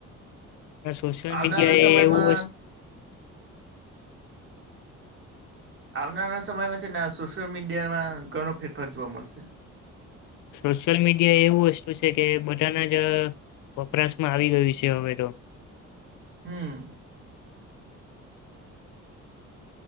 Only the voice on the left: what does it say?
સોશિયલ
મીડિયા
એ એવું,
સોશિયલ મીડિયા એવું વસ્તુ છે કે બધાના જ વપરાશમાં આવી ગયું છે. હવે, તો